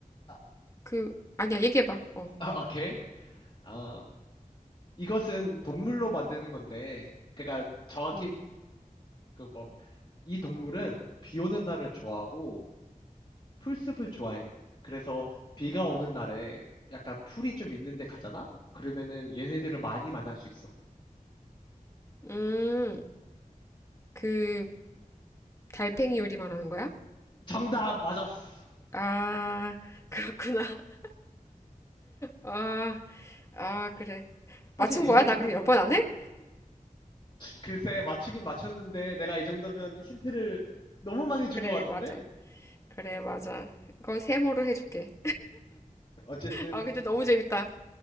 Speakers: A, on the left; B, on the left.
A: 아,
B: 그, 아니야, 얘기해봐. 어.
A: 아, 오케이. 아, 이것은 동물로 만드는 건데, 그러니까 정확히
B: 음.
A: 그 뭐 이 동물은 비 오는 날을 좋아하고 풀숲을 좋아해. 그래서 비가 오는 날에 약간 풀이 좀 있는 데 가잖아? 그러면은 얘네들을 많이 만날 수 있어.
B: 음, 그 달팽이 요리 말하는 거야?
A: 정답 맞았어.
B: 아, 그렇구나. <laughs> 아, 아, 그래. 맞춘
A: 사실
B: 거야?
A: 이 정도면
B: 나 그럼 열 번 안 해?
A: 글쎄 맞추긴 맞췄는데 내가 이 정도면 힌트를 너무 많이 준
B: 그래,
A: 것 같은데?
B: 맞아. 그래, 맞아. 그건 세모로 해줄게.
A: 어쨌든
B: 아, 근데 너무 재밌다.